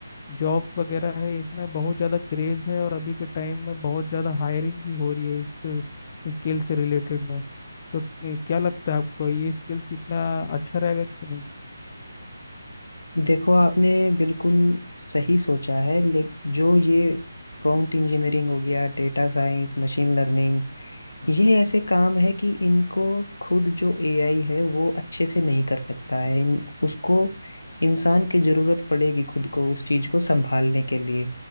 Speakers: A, on the left; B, on the left.
A: जॉब्स वगैरह है इसमें बहुत ज़्यादा क्रेज़ है और अभी के टाइम में बहुत ज़्यादा हायरिंग भी हो रही है इस स्किल से रिलेटेड में तो ए, क्या लगता है आपको ये स्किल सीखना अच्छा रहेगा कि नहीं
B: देखो आपने बिल्कुल सही सोचा है लेकिन जो ये प्रॉम्प्ट इंजीनियरिंग हो गया डेटा साइंस मशीन लर्निंग ये ऐसे काम है कि इनको खुद जो एआई है वो अच्छे से नहीं कर सकता है इन, उसको इंसान की जरूरत पड़ेगी खुद को उस चीज को संभालने के लिए